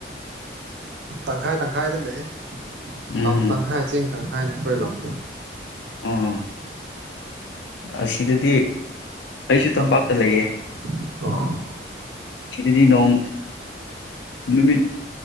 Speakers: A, on the right; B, on the left.
A: ꯇꯪꯈꯥꯏ ꯇꯪꯈꯥꯏꯗ ꯂꯩꯦ
B: ꯎꯝ
A: ꯇꯝ ꯇꯪꯈꯥꯏ ꯆꯦꯡ ꯇꯪꯈꯥꯏꯅꯦ ꯑꯩꯈꯣꯏ ꯂꯝꯖꯦ
B: ꯑꯣ ꯑꯁꯤꯗꯗꯤ ꯑꯩꯁꯨ ꯇꯝꯄꯥꯛꯇ
A: ꯇꯝꯂꯣꯝꯗ
B: ꯂꯩꯌꯦ
A: ꯑꯣꯏꯕ ꯑꯣ
B: ꯁꯤꯗꯗꯤ ꯅꯣꯡ ꯅꯨꯃꯤꯠ